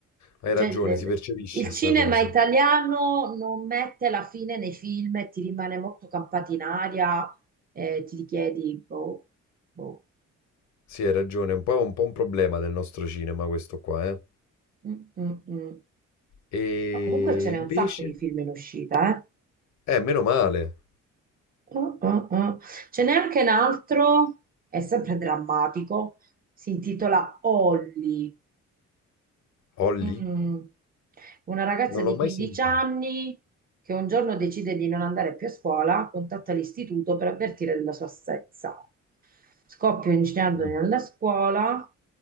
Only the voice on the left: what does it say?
Hai
ragione,
si percepisce
sta cosa.
Sì, hai ragione, è un po', un po' un problema del nostro cinema questo qua, eh.
E
invece...
Eh, meno male.
Holly?
Non
l'ho mai
sentito.
Mm.